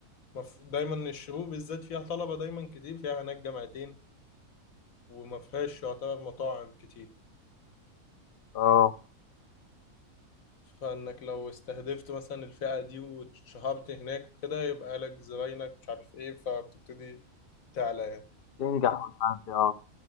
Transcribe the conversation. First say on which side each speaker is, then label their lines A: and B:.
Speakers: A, on the left; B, on the left.
A: مف... دايما الشروق بالذات فيها طلبة دايما كتير فيها هناك جامعتين وما فيهاش يعتبر مطاعم كتير
B: أه
A: فانك لو استهدفت مثلا الفئة دي واتشهرت هناك وكده يبقى لك زباينك مش عارف ايه فبتبتدي تعلى يعني
B: تنجح وتعدي اه